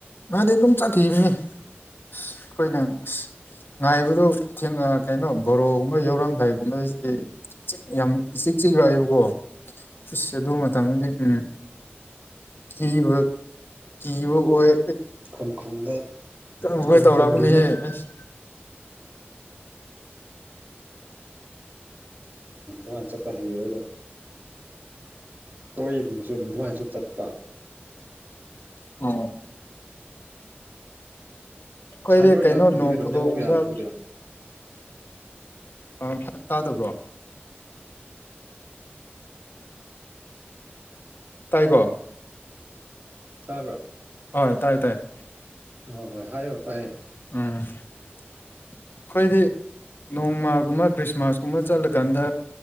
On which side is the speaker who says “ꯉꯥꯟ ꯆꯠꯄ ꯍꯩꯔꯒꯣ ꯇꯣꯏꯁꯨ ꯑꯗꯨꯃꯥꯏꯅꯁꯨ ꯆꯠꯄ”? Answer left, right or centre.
Right